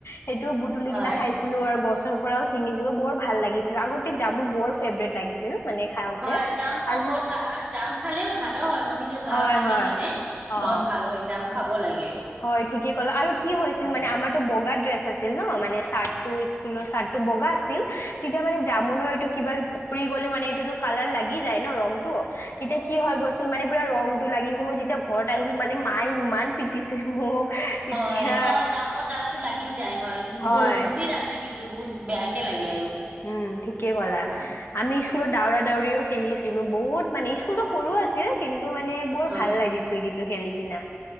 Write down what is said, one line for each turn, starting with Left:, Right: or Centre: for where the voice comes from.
Left: সেইটো তুলি
Right: হয়
Left: কিনে খাইছিলো আৰু গছৰ পৰাও ছিঙিছিলো বৰ ভাল লাগিছিল আগতে যাম মোৰ বৰ ফেব্ৰেট লাগিছিল। মানে খাওঁতে
Right: হয় জাম বোৰ
Left: আজি
Right: বৰ ভাল আৰু জাম খালেও ভালো হয় মানে নিজৰ গাৰ
Left: হয়
Right: কাৰণে
Left: হয়
Right: মানে।
Left: অ
Right: বৰ ভাল হয়, জাম খাব লাগে।
Left: হয় ঠিকে ক'লা আৰু কি হৈছিল
Right: হয়
Left: মানে আমাৰতো বগা ড্ৰেছ আছিল ন মানে চাৰ্ট টো। স্কুলৰ চাৰ্টো বগা আছিল তেতিয়া মানে জামুনৰ এইটো কিবা ফৰি গ'লে মানে এইটোতো কালাৰ লাগি যায় ন ৰংটো তেতিয়া কি হয় গৈ মানে পুৰা ৰং -টো লাগি আছে মই যেতিয়া ঘৰত আহিলো মানে মায়ে ইমান পিটিছিল মোক। তেতিয়া
Right: হয় অ' জামৰ দাগটো লাগি যায় হয়,
Left: হয়
Right: গুচি নাযায় কিন্তু বহুত বেয়াকে লাগে আৰু
Left: উম ঠিকে ক'লা।
Right: হয়
Left: আমি স্কুলত দৌৰা -দৌৰিও খেলিছিলো বহুত মানে স্কুলতো সৰু আছ কিন্তু মানে বৰ
Right: হয়
Left: ভাল লাগিছিল কিন্তু খেলি কিনা।